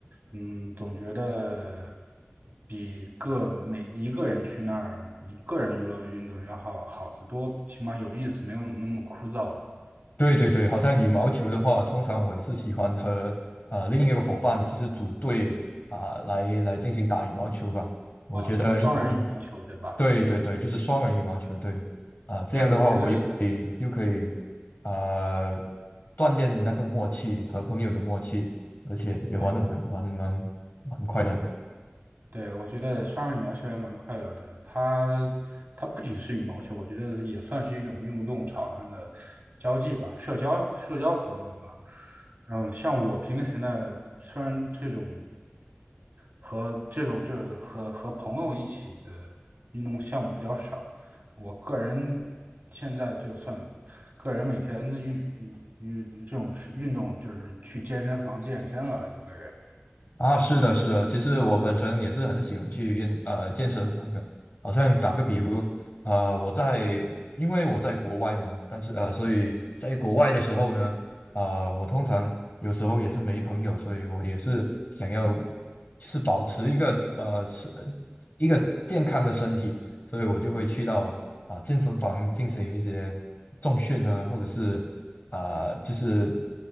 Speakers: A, on the right (about 55°); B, on the left (about 50°).
A: 嗯，总觉得比个每一个人去那儿，一个人娱乐运动要好好得多，起码有意思，没有那么枯燥吧。
B: 对对对，好像羽毛球的话，通常我也是喜欢和呃另一个伙伴就是组队啊、来来进行打羽毛球吧。我觉得因
A: 啊，就双人羽毛球，对吧？
B: 对对对，就是双人羽毛球，对啊、这样的话我又。
A: 对，我觉得
B: 又可以。呃，锻炼那个默契和朋友的默契，而且也玩得蛮蛮蛮蛮快乐的。
A: 对。对，我觉得双人羽毛球也蛮快乐的。它它不仅是羽毛球，我觉得也算是一种运动场上的交际吧，社交社交活动吧。嗯，像我平时呢，虽然这种和这种就和和朋友一起的运动项目比较少，我个人现在就算个人每天的运运运这种是运动就是去健身房健身了，一个人。
B: 啊，是的，是的，其实我本身也是很喜欢去运呃健身房的。好像打个比如，呃，我在因为我在国外嘛，但是呃，所以在国外的时候呢，呃，我通常有时候也是没朋友，所以我也是想要就是保持一个呃是呃一个健康的身体，所以我就会去到啊、健身房进行一些重训啊，或者是呃，就是